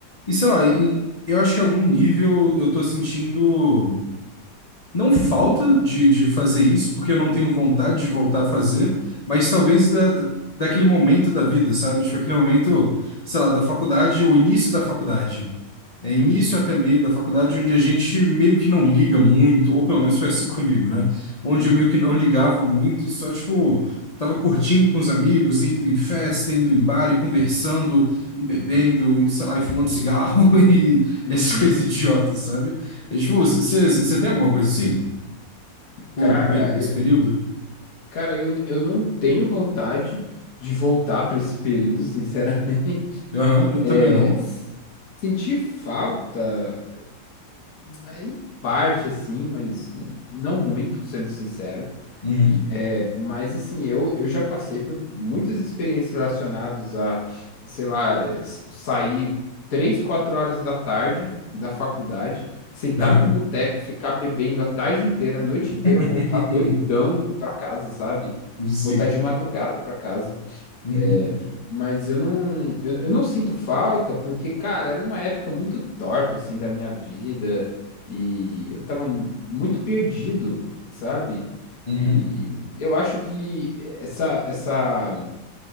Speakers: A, on the left; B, on the left.
A: e sei lá, e- e eu acho que em algum nível eu tô sentindo, não falta de, de fazer isso, porque eu não tenho vontade de voltar a fazer, mas talvez da, da- daquele momento da vida, sabe? Tipo, aquele momento, sei lá, da faculdade, o início da faculdade é início
B: uhum,
A: até meio da faculdade, onde a gente meio que não liga muito, ou pelo menos foi assim <laughs> comigo, né? Onde
B: uhum,
A: eu meio que não ligava muito e só, tipo, tava curtindo com os amigos, indo em festa, indo em bar e conversando e bebendo e, sei lá, e fumando cigarro <laughs> e
B: uhum.
A: essas coisas idiotas, sabe? É, tipo, você tem alguma coisa assim? Com,
B: Cara,
A: com peri- com esse
B: eu,
A: período?
B: cara, eu, eu não tenho vontade de voltar para esse período, sinceramente. <laughs>
A: Aham, eu
B: É,
A: também não.
B: s- senti falta, eh, em parte, assim, mas não muito, sendo sincero.
A: Uhum,
B: É, mas assim, eu, eu já passei por muitas experiências relacionadas a, sei lá, eh, s- sair três, quatro horas da tarde da faculdade, sentar
A: aham.
B: num boteco, ficar bebendo a tarde inteira, a noite
A: <laughs>
B: inteira, voltar doidão em- pra casa, sabe?
A: Sim.
B: Voltar de madrugada pra casa.
A: Uhum,
B: É, mas eu não, eu, eu não sinto falta porque, cara, era uma época muito torta, assim, da minha vida e eu tava mu- muito perdido, sabe?
A: uhum,
B: E eu acho que essa, essa,